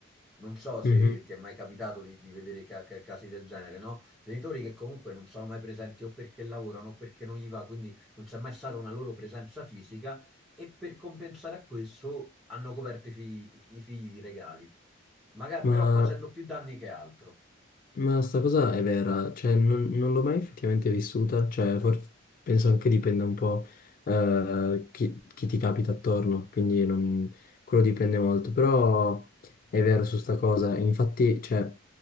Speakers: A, in the centre; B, on the left.
A: Non so se
B: mhm.
A: ti è mai capitato di, di vedere ca- ca- casi del genere, no? Genitori che comunque non sono mai presenti o perché lavorano o perché non gli va, quindi non c'è mai stata una loro presenza fisica e per compensare a questo hanno coperto i figli, i figli di regali, Maga-
B: Ma
A: però facendo più danni che altro.
B: Ma sta cosa è vera, cioè non, non l'ho mai effettivamente vissuta, cioè forse penso anche dipenda un po' eh, chi, chi ti capita attorno, quindi non- quello dipende molto, però è vero su sta cosa, infatti cioè,